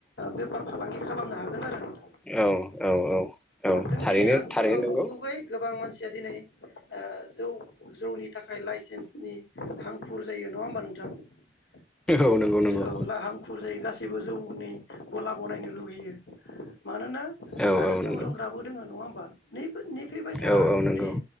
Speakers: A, on the left; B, in the centre.
A: बेफार फालांगि खालामनो हागोन आरो ना
B: औ औ औ औ
A: जों
B: थारैनो
A: दिनै आथिखालाव
B: थारैनो नंगौ
A: नुबोबाय गोबां मानसिया दिनै ओ जौ जौनि थाखाय लाइसेन्स नि हांखुर जायो नङा हबा नोंथां? <unintelligible>
B: औ नंगौ नंगौ
A: जोआवला हांखुर जायो गास सिबो जौनि गला बनायनो लुगैयो मानोना
B: औ
A: आरो
B: औ
A: जौ
B: नंगौ
A: लोंग्राबो दोङो नङा होमबा। नैफो नैफै बायसा
B: औ औ
A: जुदि
B: नंगौ